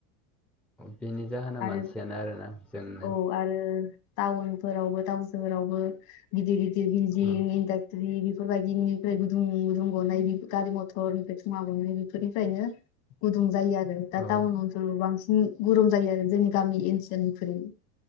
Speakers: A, in the centre; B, on the left (about 55°).
A: बिनि जाहोना
B: आरो
A: मानसियानो आरोना जोंनो
B: औ आरो टाउनफोरावबो टाउन सोहोरावबो गिदिर गिदिर बिल्डिं
A: औ
B: स्रि बेफोरबायदिनिफ्राय गुदुं गुदुं गनाय गारि मथरनिफ्राय घूवा गनाय बेफोरनिफ्रायनो गुदुं जायो आरो दा
A: औ
B: टाउन ओनसोलाव बांसिन गरम जायो आरो जोंनि गामि ओनसोलनिखुरै